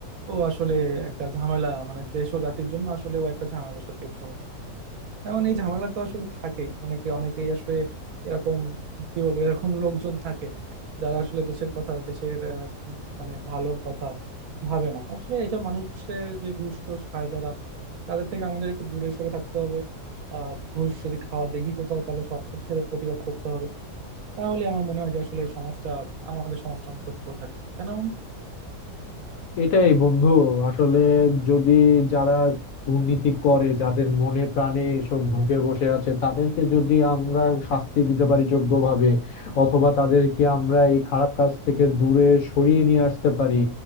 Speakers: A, on the right; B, on the left.
A: ও আসলে একটা ঝামেলা মানে দেশ ও জাতির জন্য আসলে ও একটা ঝামেলা সত্যি কথা বলতে এখন এই ঝামেলা তো আসলে থাকেই অনেকে অনেকেই আসলে এরকম কি বলবো এরকম লোকজন থাকে যারা আসলে দেশের কথা দেশের আহ, উম, মানে ভালোর কথা ভাবে না আসলে এইসব মানুষের যে ঘুষ টুস খায় যারা তাদের থেকে আমাদের একটু দূরে সরে থাকতে হবে আর ঘুষ যদি খাওয়া দেখি কোথাও তাহলে সরাসরি সেটা প্রতিবাদ করতে হবে তাহলে আমার মনে হয় যে আসলে সমাজটা আমাদের সমাজটা অন্তত ভালো থাকে কেন
B: এটাই বন্ধু আসলে যদি যারা দুর্নীতি করে যাদের মনে প্রাণে এসব ঢুকে বসে আছে তাদেরকে যদি আমরা শাস্তি দিতে পারি যোগ্যভাবে অথবা তাদেরকে আমরা এই খারাপ কাজ থেকে দূরে সরিয়ে নিয়ে আসতে পারি